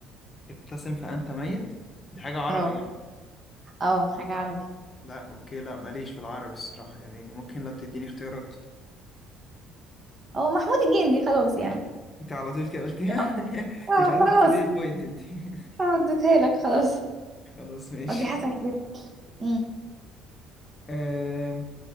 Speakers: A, on the left (about 35°); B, on the right (about 35°).
A: ابتسم فأنت ميت دي حاجة عربي
B: اهو
A: يعني
B: اه حاجة عربي
A: لا أوكي لا ماليش في العربي الصراحة يعني ممكن لو تديني اختيارات
B: هو محمود الجندي خلاص يعني
A: أنت على طول كده قلتيها
B: أوضح.
A: <laughs> أنت
B: اه
A: مش عايز
B: خلاص
A: تحسبي لي البوينت أنت <laughs>
B: اديتها لك خلاص
A: خلاص ماشي
B: قصدي حسن الجندي امم
A: أم،